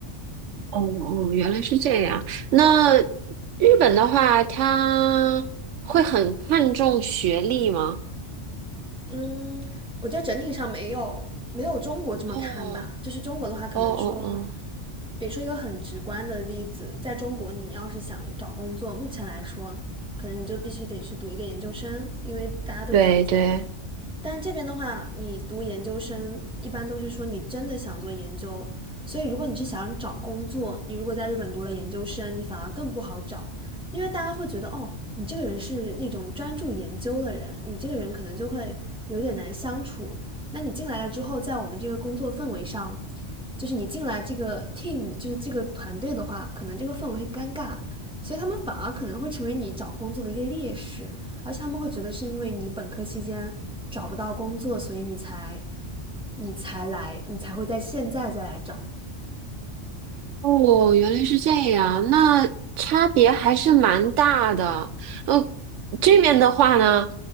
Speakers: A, on the right (about 80°); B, in the centre.
A: 哦哦，原来是这样。那日本的话，他会很看重学历吗？
B: 嗯，我觉得整体上没有没有中国这么看吧。
A: 哦
B: 就是中国的话，可能说，
A: 哦哦哦，
B: 比如说一个很直观的例子，在中国，你要是想找工作，目前来说，可能你就必须得去读一个研究生，因为大家都比较卷。
A: 对对，
B: 但这边的话，你读研究生一般都是说你真的想做研究，所以如果你是想找工作，你如果在日本读了研究生，你反而更不好找，因为大家会觉得哦，你这个人是那种专注研究的人，你这个人可能就会有点难相处。那你进来了之后，在我们这个工作氛围上，就是你进来这个 team，就是这个团队的话，可能这个氛围会尴尬，所以他们反而可能会成为你找工作的一个劣势。而且他们会觉得是因为你本科期间找不到工作，所以你才你才来，你才会在现在再来找。
A: 哦，原来是这样，那差别还是蛮大的。呃，这边的话呢，